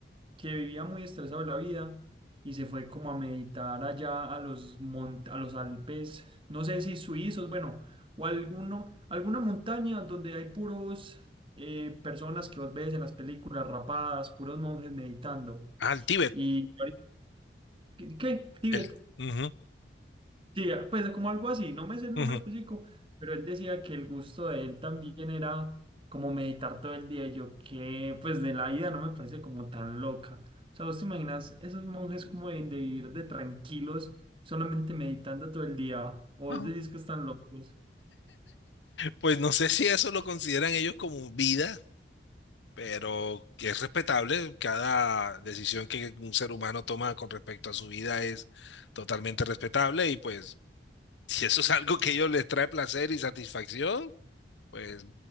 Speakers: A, on the right; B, on the left.
A: que vivía muy estresado de la vida y se fue como a meditar allá a los, mont- a los Alpes, no sé si suizos, bueno, o alguno, alguna montaña donde hay puros eh, personas que vos ves en las películas rapadas, puros monjes meditando.
B: Ah, el Tíbet.
A: ¿Y ¿qué? ¿Tíbet?
B: El, ujú,
A: Sí, ah, pues como algo así, no me sé el nombre
B: ujú.
A: específico, pero él decía que el gusto de él también era como meditar todo el día. y Yo que pues de la vida no me parece como tan loca. O sea, vos te imaginas esos monjes como de, de ir de tranquilos solamente meditando todo el día, o vos
B: Ajá.
A: decís que están locos.
B: Pues no sé <laughs> si eso lo consideran ellos como vida, pero que es respetable. Cada decisión que un ser humano toma con respecto a su vida es totalmente respetable y pues si eso es algo que a ellos les trae placer y satisfacción, pues